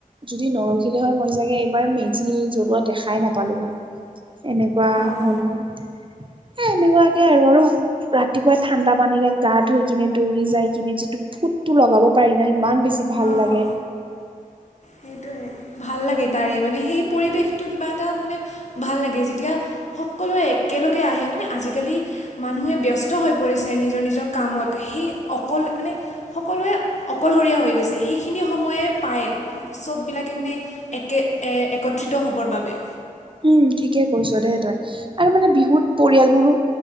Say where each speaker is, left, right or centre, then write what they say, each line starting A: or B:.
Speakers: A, on the right; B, on the left.
A: যদি নৰখিলে হয় মই চাগে এইবাৰ মেজি জ্বলোৱা দেখাই নাপালো হয়। এনেকুৱা
B: অঁ
A: হল হয় এ এনেকুৱাকে আৰু। ৰাতিপুৱাই ঠাণ্ডা পানীৰে গা ধুই কিনে দৌৰি যাই কিনে যিটো ফুটটো লগাব প্ৰায় নাই ইমান বেছি ভাল
B: অঁ
A: লাগে।
B: সেইটোৱে ভাল লাগে তাৰে মানে সেই পৰিৱেশটো কিবা এটা মানে ভাল লাগে যেতিয়া সকলোৱে একেলগে আহে মানে আজিকালি মানুহে ব্যস্ত হৈ পৰিছে নিজৰ নিজৰ কামত সেই অকল মানে সকলোৱে অকলশৰীয়া হৈ গৈছে সেইখিনি সময়ে পায়। চববিলাকে মানে একে এ একত্ৰিত হ'বৰ বাবে।
A: উম ঠিকে কৈছ দেই তই আৰু মানে বিহুত পৰিয়ালবোৰো